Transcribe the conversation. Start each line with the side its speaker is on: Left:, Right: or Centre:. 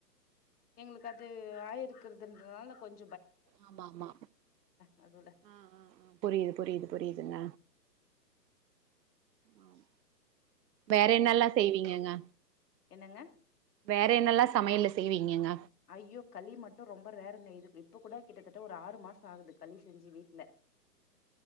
Left: எங்களுக்கு அது ஆயிருக்குறதுன்றதுனால நா கொஞ்
Right: ஆமா ஆமா
Left: நடுவுல
Right: ஆ ஆ ஆ புரியுது புரியுது புரியுதுங்க ம் வேற என்னல்லாம் செய்வீங்கங்க
Left: என்னங்க
Right: வேற என்னல்லாம் சமையல்ல செய்வீங்கங்க
Left: ஐயோ களி மட்டும் ரொம்ப ரேருங்க இது இப்ப கூட கிட்டத்தட் ட ஒரு ஆறு மாசம் ஆகுது களி செஞ்சி வீட்ல